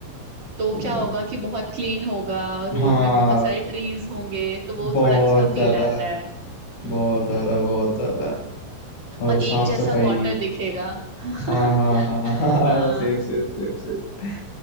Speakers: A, on the right; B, on the left.
A: तो
B: तो
A: क्या
B: मतलब
A: होगा कि बहुत क्लीन होगा रोड
B: हाँ
A: में बहुत सारे ट्रीज होंगे तो वो
B: बहुत
A: थोड़ा अच्छा फील
B: ज्यादा
A: आता है हम्म
B: बहुत ज्यादा बहुत ज्यादा और
A: और एक
B: साफ
A: जैसा
B: सफाई
A: क्वार्टर दिखेगा <laughs>
B: हाँ हाँ हाँ <laughs> हाँ
A: हाँ
B: सेम सेम सेम सेम